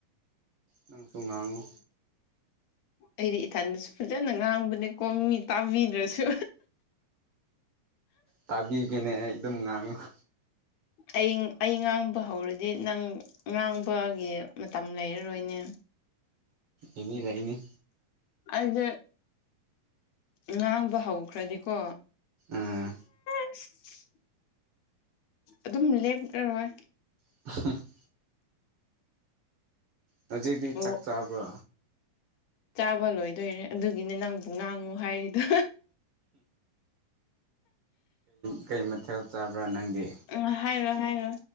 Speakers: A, on the right (about 50°); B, on the left (about 65°).
A: ꯅꯪ ꯁꯣꯡꯅꯉꯣ
B: ꯑꯩꯗꯤ ꯏꯊꯟꯗꯁꯨ ꯐꯖꯅ ꯉꯥꯡꯕꯅꯦ ꯀꯣꯝꯃꯤ ꯇꯥꯕꯤꯗ꯭ꯔꯁꯨ
A: ꯇꯥꯕꯤꯒꯦꯅꯦ ꯑꯩ ꯑꯗꯨꯝ ꯉꯥꯡꯉꯨ
B: ꯑꯩ ꯑꯩ ꯉꯥꯡꯕ ꯍꯧꯔꯗꯤ ꯅꯪ ꯉꯥꯡꯕꯒꯤ ꯃꯇꯝ ꯂꯩꯔꯔꯣꯏꯅꯦ
A: ꯏꯅꯦ ꯂꯩꯥꯏꯅꯦ
B: ꯑꯩꯁ ꯉꯥꯡꯕ ꯍꯧꯈ꯭ꯔꯗꯤꯀꯣ
A: ꯑꯥ
B: ꯑꯁ ꯑꯗꯨꯝ ꯂꯦꯞꯔꯣꯏ
A: <unintelligible> ꯍꯧꯖꯤꯛꯇꯤ
B: ꯑꯣ
A: ꯆꯥꯛ ꯆꯥꯕ꯭ꯔꯣ
B: ꯆꯥꯕ ꯂꯣꯏꯗꯣꯏꯔꯦ ꯑꯗꯨꯒꯤꯅꯦ ꯅꯪꯕꯨ ꯉꯥꯡꯉꯨ ꯍꯥꯏꯔꯤꯗꯣ
A: ꯀꯩ ꯃꯊꯊꯧ ꯆꯥꯕ꯭ꯔꯥ ꯅꯪꯗꯤ
B: ꯑ ꯍꯥꯏꯔꯣ ꯍꯥꯏꯔꯣ